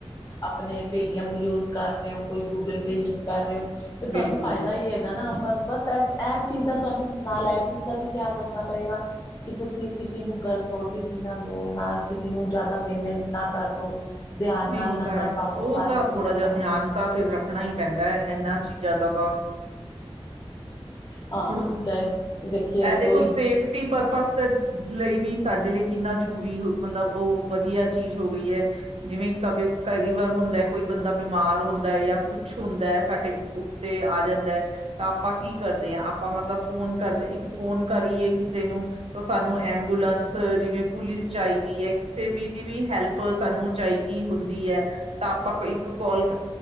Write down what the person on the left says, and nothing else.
ਆਪਣੇ ਪੇਟੀਐੱਮ ਯੂਜ਼ ਕਰ ਰਹੇ ਹੋ ਕੋਈ ਗੂਗਲ ਪੇ ਯੂਜ਼ ਕਰ ਰਹੇ ਹੋ ਤੇ ਤੁਹਾਨੂੰ
ਫਾਇਦਾ
ਹੀ ਹੈਗਾ ਨਾ ਪਰ ਬਸ ਚੀਜ਼ ਦਾ ਤੁਹਾਨੂੰ ਨਾ ਲੈ ਚੀਜ਼ ਦਾ ਵੀ ਖਿਆਲ ਰੱਖਣਾ ਪਏਗਾ ਕਿ ਤੁਸੀਂ ਕਿਸੇ ਨੂੰ ਗਲਤ ਓ ਟੀ ਪੀ ਨਾ ਦੋ ਨਾ ਕਿਸੇ ਨੂੰ ਜ਼ਿਆਦਾ ਪੇਮੈਂਟ ਨਾ ਕਰ ਦੋ ਧਿਆਨ
ਨਾਲ
ਨੰਬਰ
ਪਾਓ
ਸਾਰੀ
ਚੀਜ਼ਾਂ
ਦਾ
ਹਾਂ
ਚਾਹੇ ਦੇਖੀਏ
ਕੋਈ